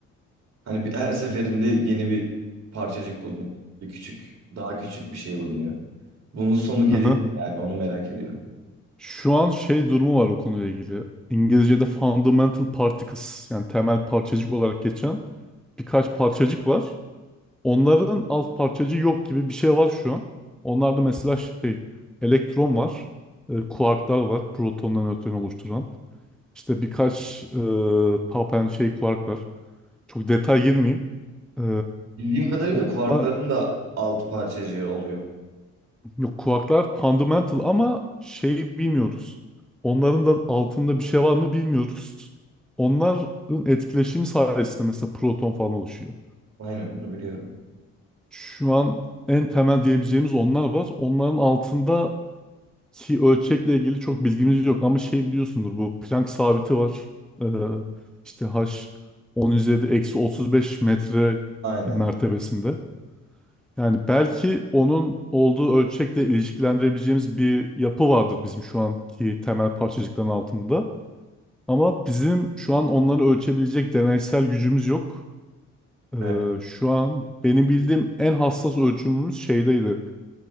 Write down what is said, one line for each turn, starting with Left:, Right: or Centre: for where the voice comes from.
Right: Hani bir, her seferinde yeni bir parçacık bulunuyor. Bir küçük, daha küçük bir şey bulunuyor. Bunun sonu gelir
Centre: Hı hı.
Right: mi yani onu merak ediyorum.
Centre: Şu an şey durumu var o konuyla ilgili. İngilizce'de fundamental particles yani temel parçacık olarak geçen birkaç parçacık var. Onların alt parçacığı yok gibi bir şey var şu an. Onlarda mesela şey elektron var, e, kuarklar var, protonla nötronu oluşturan. İşte birkaç e, tau pençe şey kuark var. Çok detay girmeyeyim. E,
Right: Bildiğim kadarıyla
Centre: onunla
Right: kuarkların da alt parçacığı oluyor.
Centre: Yok kuaklar fundamental ama şey bilmiyoruz. Onların da altında bir şey var mı bilmiyoruz. Onların etkileşimi sayesinde mesela proton falan oluşuyor.
Right: Aynen onu biliyorum.
Centre: Şu an en temel diyebileceğimiz onlar var. Onların altındaki ölçekle ilgili çok bilgimiz yok ama şey biliyorsundur bu Planck sabiti var. Ee, işte H 10 üzeri eksi 35 metre
Right: Aynen.
Centre: mertebesinde. Yani belki onun olduğu ölçekle ilişkilendirebileceğimiz bir yapı vardır bizim şu anki temel parçacıkların altında. Ama bizim şu an onları ölçebilecek deneysel gücümüz yok. Ee,
Right: Evet.
Centre: şu an benim bildiğim en hassas ölçümümüz şeydeydi.